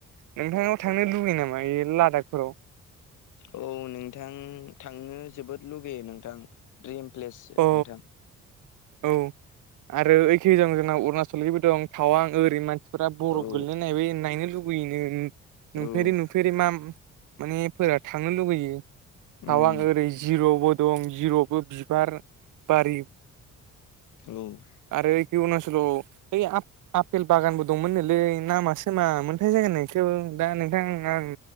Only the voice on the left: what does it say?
औ नोंथां थांनो जोबोद लुगैयो नोंथां। ड्रिम प्लेस
नोंथां
औ
औ
उम
औ